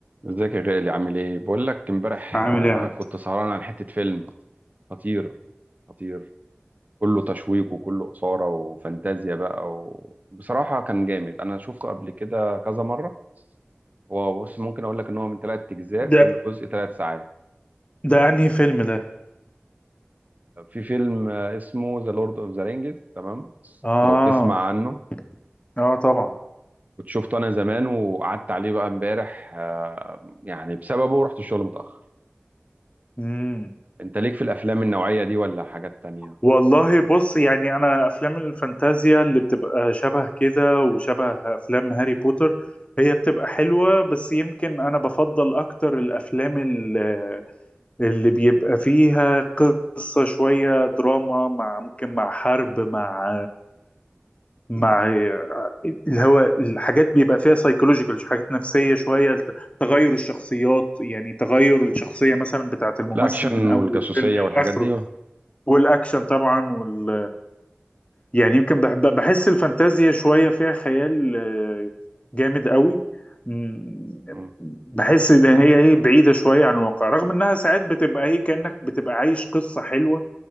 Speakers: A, on the right; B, on the left.
A: ازيك يا غالي عامل ايه بقول لك امبارح
B: عامل
A: آه،
B: ايه يا عبد
A: كنت سهران على حتة فيلم خطير خطير كله تشويق وكله إثارة وفانتازيا بقى وبصراحة كان جامد انا شفته قبل كده كذا مرة هو بص ممكن اقول لك ان هو من ثلاث اجزاء
B: ده
A: كل جزء ثلاث ساعات
B: ده انهي فيلم ده
A: في فيلم آه، اسمه ذا لورد اوف ذا رينجز تمام
B: اه
A: لو تسمع عنه
B: اه طبعا
A: كنت شفته انا زمان وقعدت عليه بقى امبارح آه، يعني بسببه رحت الشغل متأخر
B: امم
A: انت ليك في الافلام النوعية دي ولا حاجات تانية
B: والله بص يعني انا افلام الفانتازيا اللي بتبقى شبه كده وشبه افلام هاري بوتر هي بتبقى حلوة بس يمكن انا بفضل اكتر الافلام اللي, اللي بيبقى فيها قصة شوية دراما مع ممكن مع حرب مع مع الهواء الحاجات بيبقى فيها سايكولوجيكال حاجات نفسية شوية تغير الشخصيات يعني تغير الشخصية مثلا بتاعت الممثل
A: الاكشن
B: من أول
A: والجاسوسيه
B: الفيلم
A: والحاجات
B: لآخره
A: دي
B: والأكشن طبعا وال يعني يمكن بحب بحس الفانتازيا شوية فيها خيال آه، جامد قوي م-
A: مم.
B: بحس ان هي ايه بعيدة شوية عن الواقع رغم انها ساعات بتبقى ايه كأنك بتبقى عايش قصة حلوة